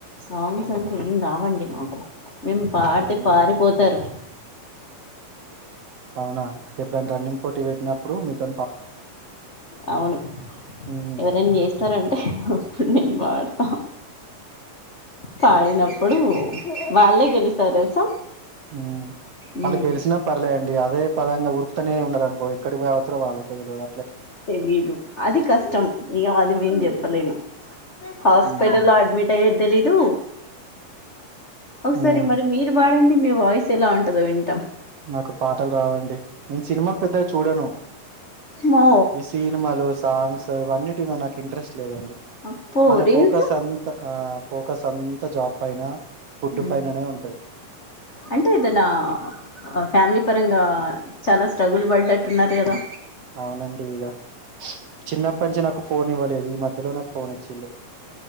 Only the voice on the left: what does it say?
సాంగ్స్ అంటే ఏం రావండి మాకు మేమ్ పాడితే
పారిపోతారు
అవును
ఎవరైనా చేస్తారంటే నేన్ పాడతా పాడినప్పుడు వాళ్ళే గెలుస్తారు తెలుసా
ఉమ్,
తెలీదు అది కష్టం ఇగ అది నేన్ జెప్పలేను హాస్పెటల్లో
అడ్మిటయ్యెది తెలీదు ఓసారి
మరి మీరు బాడండి మే వాయిస్ ఎలా ఉంటదో వింటాం
మో
అప్పు
రీల్స్
ఉ
అంటే దనా ఆ ఫ్యామిలీ పరంగా చాలా స్ట్రగుల్ పడ్డట్టున్నారు గదా